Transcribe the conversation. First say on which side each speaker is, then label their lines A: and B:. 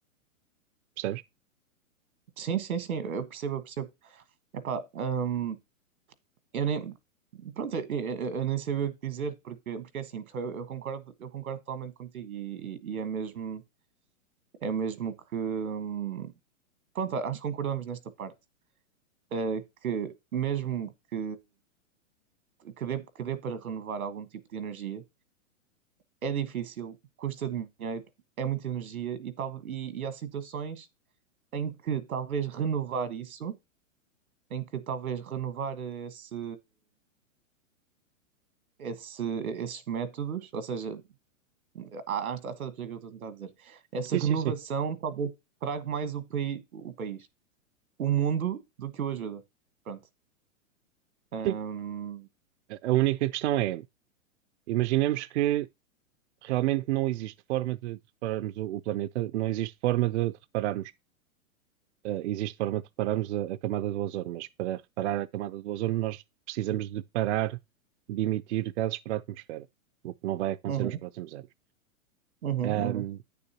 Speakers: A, on the right; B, on the right.
A: Percebes?
B: Sim, sim, sim. Eu percebo, eu percebo. Epá, hum, Eu nem. Pronto, eu, eu- eu nem sabia o que dizer, porque, porque é assim, porque eu, eu concordo, eu concordo totalmente contigo e, e- e é mesmo, é mesmo que. hum, Pronto, acho que concordamos nesta parte, eh, que mesmo que, que, dê, que dê para renovar algum tipo de energia, é difícil, custa dinheiro, é muita energia e, tal, e, e há situações em que talvez renovar isso, em que talvez renovar esse, esse, esses métodos, ou seja, Ah, ah, estás a perceber o que eu estou a tentar dizer. Essa
A: Sim,
B: renovação
A: sim, sim.
B: talvez traga mais o, paí o país, o mundo, do que o ajuda. Pronto. Um,
A: Sim. A a única questão é, imaginemos que realmente não existe forma de, de repararmos o, o planeta, não existe forma de, de repararmos, eh, existe forma de repararmos a, a camada do ozono, mas para reparar a camada do ozono nós precisamos de parar de emitir gases para a atmosfera, o que não vai acontecer
B: uhum,
A: nos próximos anos.
B: uhum,
A: Ahm,
B: uhum,